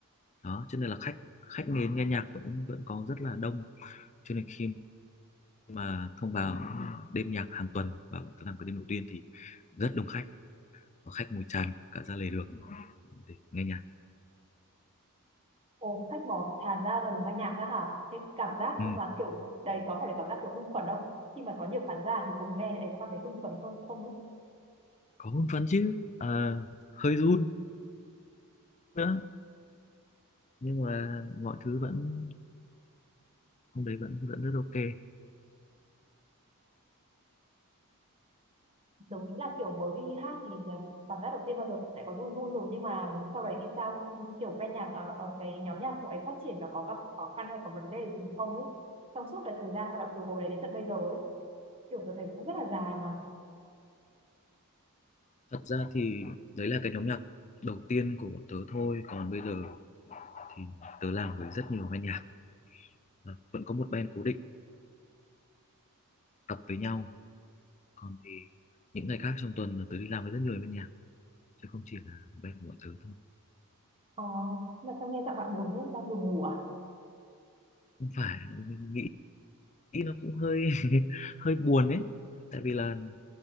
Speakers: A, on the left; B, on the right.
A: đó cho nên là khách khách nghe nghe nhạc vẫn vẫn có rất là đông cho nên khi mà thông báo đêm nhạc hàng tuần và làm cái đêm đầu tiên thì rất đông khách và khách ngồi tràn cả ra lề đường để nghe nhạc
B: Ồ, khách mò tràn ra là đúng âm nhạc ra hả? Thế cảm giác
A: Ừ.
B: nhưng mà kiểu đấy có phải là cảm giác kiểu hưng phấn không? Khi mà có nhiều khán giả thì cùng nghe thì ấy có cảm thấy hưng phấn không? Không ấy.
A: có hưng phấn chứ Ờ, hơi run nữa nhưng mà mọi thứ vẫn hôm đấy vẫn vẫn rất ok
B: giống như là kiểu mới đi hát thì là cảm giác đầu tiên bao giờ cũng sẽ có run run rồi nhưng mà sau đấy thì sao kiểu ban nhạc ở, ở cái nhóm nhạc của ấy phát triển và có gặp khó khăn hay có vấn đề gì không ấy trong suốt cái thời gian hoạt động từ hồi đấy đến tận bây giờ ấy kiểu tôi thấy cũng rất là dài mà
A: thật ra thì đấy là cái nhóm nhạc đầu tiên của bọn tớ thôi còn bây giờ thì tớ làm với rất nhiều ban nhạc Và vẫn có một band cố định tập với nhau còn thì những ngày khác trong tuần là tớ đi làm với rất nhiều ban nhạc chứ không chỉ là band của bọn tớ thôi
B: ờ, mà sao nghe giọng bạn buồn thế đang buồn ngủ à
A: không phải nghĩ nghĩ nó cũng hơi <laughs> hơi buồn ấy tại vì là